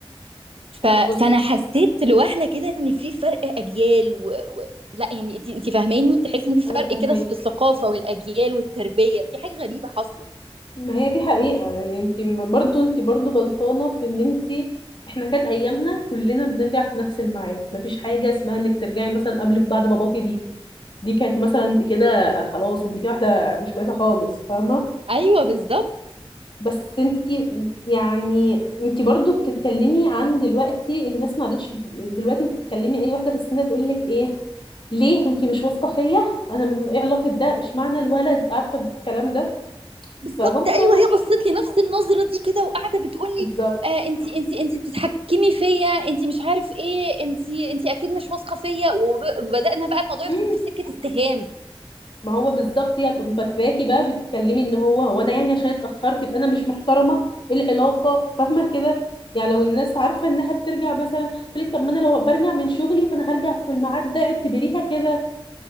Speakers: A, on the right; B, on the left.
A: ف...
B: بص
A: فانا حسيت لوهله كده ان في فرق اجيال و... و... لا يعني انت انت فاهماني تحسي ان في
B: انا
A: فرق
B: فاهماك
A: كده في الثقافه والاجيال والتربيه في حاجه غريبه حاصله
B: ما هي دي حقيقة يعني انت م- برضو انت برضو غلطانة في ان انت احنا كان ايامنا كلنا بنرجع في نفس الميعاد مفيش حاجة اسمها انك ترجعي مثلا قبل بعد باباكي دي دي كانت مثلا انت كده خلاص انت كده واحدة مش كويسة خالص فاهمة
A: ايوه بالظبط
B: بس انتي يعني انتي برضو بتتكلمي عن دلوقتي الناس ما عادتش دلوقتي انتي بتتكلمي اي واحده في السن تقول لك ايه ليه وانتي مش واثقه فيا انا م- ايه علاقه ده اشمعنى الولد عارفه الكلام ده
A: بالظبط
B: فهم
A: ايوه هي بصت لي نفس النظره دي كده وقاعده بتقول لي
B: بالظبط
A: آه انت انت انت بتتحكمي فيا انت مش عارف ايه انت انت اكيد مش واثقه فيا وب- وبدانا بقى الموضوع
B: مم.
A: يدخل في سكه اتهام
B: ما هو بالظبط هي هتقوم فاكراكي بقى بتتكلمي ان هو هو انا يعني عشان اتاخرت يبقى انا مش محترمه ايه العلاقه فاهمه كده يعني لو الناس عارفه انها بترجع مثلا تقول لك طب ما انا لو برجع من شغلي فانا هرجع في الميعاد ده اعتبريها كده